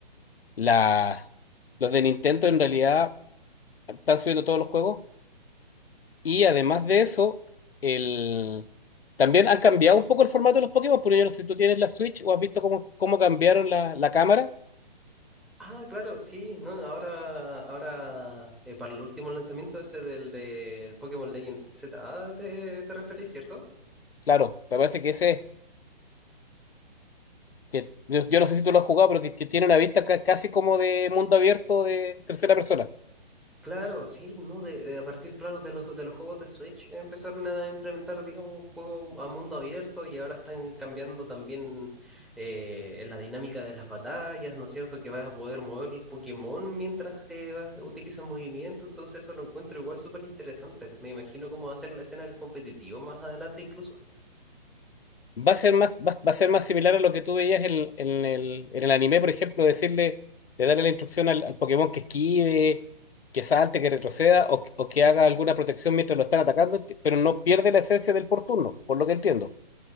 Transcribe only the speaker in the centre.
Ah, claro, sí, no, ahora, ahora eh, para el último lanzamiento ese del, del Pokémon Legends Z, A, ¿te, te referís, cierto?
Claro, sí, ¿no? De, a partir, claro, de los, de los juegos de Switch, eh, empezaron a implementar, digamos, juegos a mundo abierto y ahora están cambiando también eh, la dinámica de las batallas, ¿no es cierto? Que vas a poder mover el Pokémon mientras eh, vas- utilizas movimiento, entonces eso lo encuentro igual súper interesante. Me imagino cómo va a ser la escena del competitivo más adelante incluso.